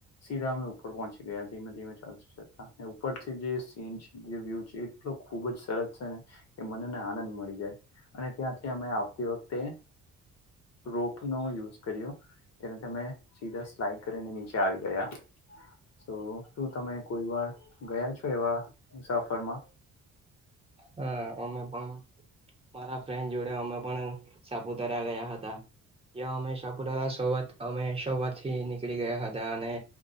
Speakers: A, on the left; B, on the right.
A: સીધા હ ઉપર પહંચી ગયા ધીમે ધીમે ચાલતા ચાલતા ઉપરથી જે સીન જે વ્યુ છે એટલો ખુબ જ સરસ છે ને કે મનેને આનંદ મળી જાય અને ત્યાંથી અમે આવતી વખતે રોપ નો યુઝ કર્યો તેને તમે સીધા સ્લાઈડ ને નીચે આવી ગયા. તો શું તમે કોઈ વાર ગયા છો, એવા મુસાફરમાં?
B: હા અમે પણ મારા ફ્રેન્ડ જોડે અમે પણ સાપુતારા ગયા હતા. ત્યાં અમે સાપુતારા સોત અમે સોવા થી નીકળી ગયા હતા, અને